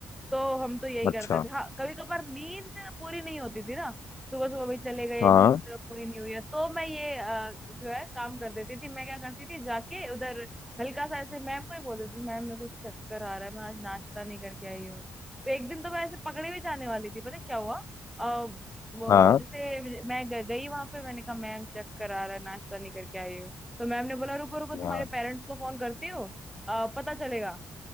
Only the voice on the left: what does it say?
अच्छा
हाँ
हाँ
हाँ